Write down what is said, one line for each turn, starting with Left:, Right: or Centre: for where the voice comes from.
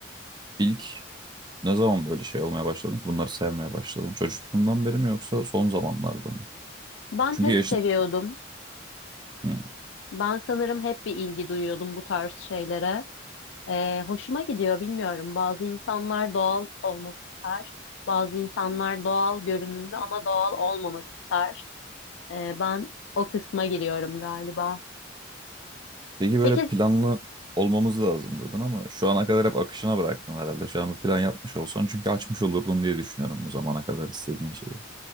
Right: İlk Ne zaman böyle şey olmaya başladın ki bunları sevmeye başladın? Çocukluğundan beri mi yoksa son zamanlarda mı?
Left: Ben
Right: Çünkü
Left: hep
Right: yaşın...
Left: seviyordum.
Right: Hı.
Left: Ben sanırım hep bir ilgi duyuyordum bu tarz şeylere. E, hoşuma gidiyor, bilmiyorum. Bazı insanlar doğal olmak ister. Bazı insanlar doğal görünümlü ama doğal olmamak ister. E, ben o kısma giriyorum galiba.
Right: Peki böyle
Left: Peki
Right: planlı olmamız lazım dedin ama şu ana kadar hep akışına bıraktın herhalde. Şu an bir plan yapmış olsan çünkü açmış olurdun diye düşünüyorum bu zamana kadar istediğin şeyi.